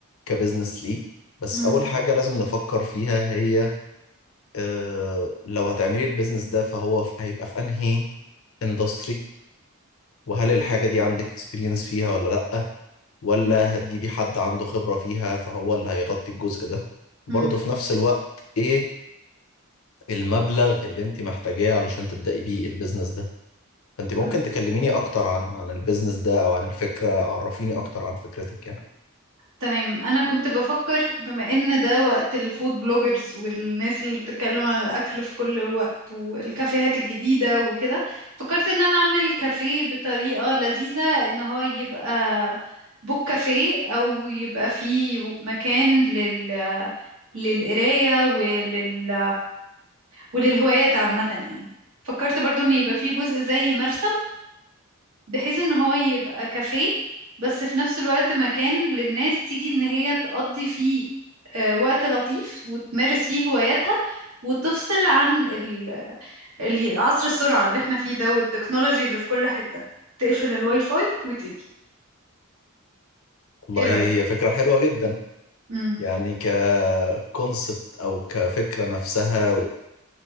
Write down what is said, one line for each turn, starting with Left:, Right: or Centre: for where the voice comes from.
Left: كبزنس ليه بس
Right: امم
Left: أول حاجة لازم نفكر فيها هي آه لو هتعملي البيزنس ده فهو في- هيبقى في أنهي اندستري وهل الحاجة دي عندك اكسبيرينس فيها ولا لأ ولا
Right: امم
Left: هتجيبي حد عنده خبرة فيها فهو اللي هيغطي الجزء ده وبرضه
Right: امم
Left: في نفس الوقت إيه المبلغ اللي أنت محتاجاه علشان تبدأي بيه البيزنس ده فانت ممكن
Right: لا.
Left: تكلميني اكتر عن عن البيزنس ده او عن الفكره عرفيني اكتر عن فكرتك يعني
Right: تمام انا كنت بفكر بما ان ده وقت الفود بلوجرز والناس اللي بتتكلم عن الاكل في كل الوقت والكافيهات الجديده وكده فكرت ان انا اعمل كافيه بطريقه لذيذه ان هو يبقى بوك كافيه او يبقى فيه مكان لل للقرايه ولل وللهوايات عامة يعني فكرت برضو ان يبقى فيه جزء زي مرسم بحيث ان هو يبقى كافيه بس في نفس الوقت مكان للناس تيجي ان هي تقضي فيه آه، وقت لطيف وتمارس فيه هواياتها وتفصل عن ال- ال- عصر السرعة اللي احنا فيه ده والتكنولوجي اللي في كل حتة تقفل الواي فاي وتيجي
Left: والله
Right: ايه رأيك؟
Left: هي فكره حلوه جدا
Right: مم.
Left: يعني ككونسبت او كفكره نفسها